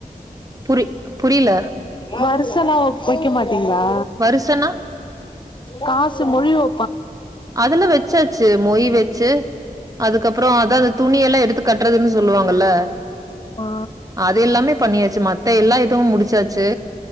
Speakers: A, on the right (about 25°); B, on the left (about 35°).
A: புரி புரியல
B: வரிச எல்லாம் வைக்க மாட்டீங்களா
A: வருசன்னா?
B: காச மறவ
A: அதெதல்லாம் வச்சாச்சு மொய் வச்சு அதுக்கப்பறம் அதான் அந்த துணிய எல்லாம் எடுத்து கட்டுறதுன்னு சொல்லுவாங்கல்ல
B: ஆ
A: அது எல்லாமே பண்ணியாச்சு மத்த எல்லா இதுவும் முடிச்சாச்சு